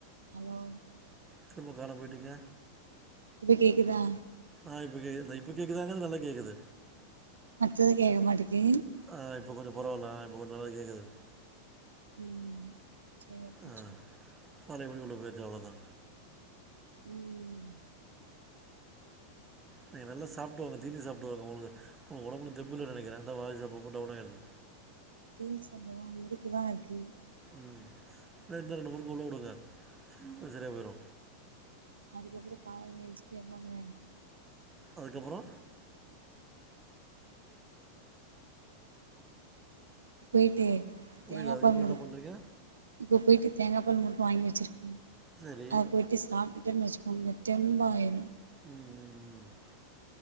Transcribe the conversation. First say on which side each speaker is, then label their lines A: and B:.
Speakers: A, on the right; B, on the right.
A: ஹலோ
B: திரும்ப காணாம் போய்ட்டீங்க
A: இப்ப கேக்குதா
B: ஆ இப்ப கேக்குது இப்ப கேக்குதாங்க நல்லா கேக்குது
A: அடுத்தது கேக்க மாட்டிக்கி
B: ஆ இப்போ கொஞ்ச பரவால ஆ இப்ப கொஞ்ச நல்லா கேக்குது
A: ம் செரியா போச்சு
B: அ பழைய படி உள்ள போயிச்சி அவ்ளோதா
A: ம்
B: நீங்க நல்லா சாப்ட்டு வாங்க தீனி சாப்டு வாங்க உங்களுக்கு ஒடம்புல தெம்பு இல்லனு நெனக்கிறே அதா வாய்ஸ் அப்போ அப்போ டவுன் ஆகுது
A: <unintelligible>
B: ம் இல்ல இன்னு ரெண்டு முறுக்கு உள்ள வுடுங்க இன்னு சரியா போய்று
A: அதுக்கப்புற காத எஞ்சு கேப்பாங்க
B: அதுக்கப்புற
A: போயிட்டு
B: புரியல
A: தேங்கா
B: அதுக்கப்புறம்
A: பால் முறுக்
B: என்ன பண்ணுறீங்க
A: இப்ப போயிட்டு தேங்கா பால் முறுக்கு வாங்கி வச்சிருக்கே
B: சரி
A: அத போயிட்டு சாப்ட்டு டன் வச்சுக்கோங்க தெம்பாயிரு
B: ம் ம் ம்